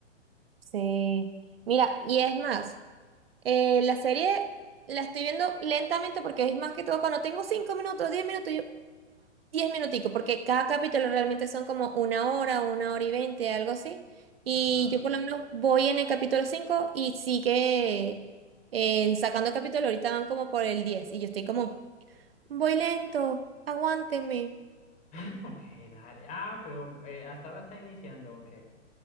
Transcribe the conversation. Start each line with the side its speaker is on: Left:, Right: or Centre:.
Right: Sí. Mira, y es más, eh, la serie la estoy viendo lentamente porque es más que todo cuando tengo cinco minutos, 10 minutos, yo, Diez minuticos, porque cada capítulo realmente son como una hora, una hora y veinte, algo así. Y
Left: Ajá.
Right: yo por
Left: <laughs>
Right: lo menos voy en el capítulo cinco y sigue eh, sacando capítulo. Ahorita van como por el diez y yo estoy como, voy lento, aguántenme.
Left: <clears throat> Ok, dale. Ah, pero eh, hasta ahora está iniciando, ok.